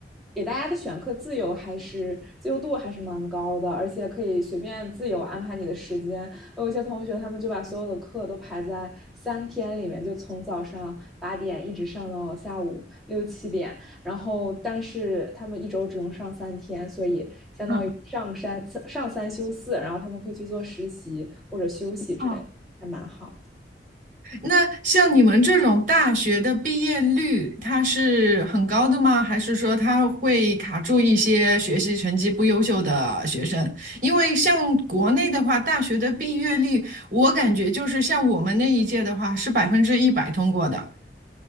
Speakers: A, in the centre; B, on the right (about 45°).
A: 给大家的选课自由还是自由度还是蛮高的，而且可以随便自由安排你的时间。我有一些同学他们就把所有的课都排在三天里面，就从早上八点一直上到下午六七点，然后但是他们一周只用上三天，所以相当于上三上三休四，
B: 嗯，
A: 然后他们可以去做实习或者休息之类的还蛮好的。
B: 哦那像你们这种大学的毕业率，它是很高的吗？还是说它会卡住一些学习成绩不优秀的学生？因为像国内的话，大学的毕业率，我感觉就是像我们那一届的话，是百分之一百通过的